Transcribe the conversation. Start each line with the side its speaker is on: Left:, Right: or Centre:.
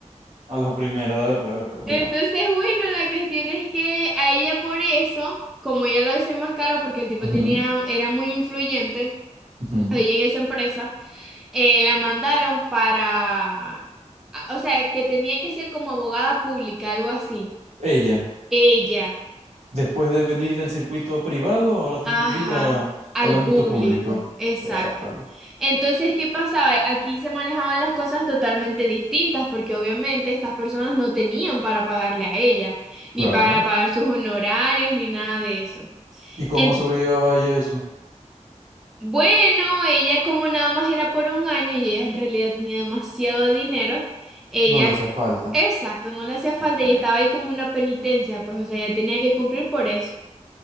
Right: a la primera. Dale, pues, dale, pues, continúa.
Centre: Entonces, bueno, la cuestión es que a ella por eso, como ella lo desenmascaró porque el tipo
Right: Ujú,
Centre: tenía, era muy influyente
Right: ujú.
Centre: ahí en esa empresa, eh, la mandaron para, a- o sea, que tenía que ser como abogada pública, algo así.
Right: Ella,
Centre: Ella.
Right: después de venir del circuito privado, ahora tiene
Centre: Ajá,
Right: que ir a-
Centre: al
Right: al ámbito
Centre: público,
Right: público.
Centre: exacto.
Right: Berta.
Centre: Entonces, ¿qué pasaba? Aquí se manejaban las cosas totalmente distintas porque obviamente estas personas no tenían para pagarle a ella, ni
Right: Claro.
Centre: para pagar sus honorarios, ni nada de eso.
Right: ¿Y cómo
Centre: En-
Right: sobrellevaba ella eso?
Centre: bueno, ella como nada más era por un año y ella en realidad tenía demasiado dinero, ella,
Right: No le hacía falta.
Centre: exacto, no le hacía
Right: Ok.
Centre: falta y estaba ahí como una penitencia, pues o sea, ella tenía que cumplir por eso.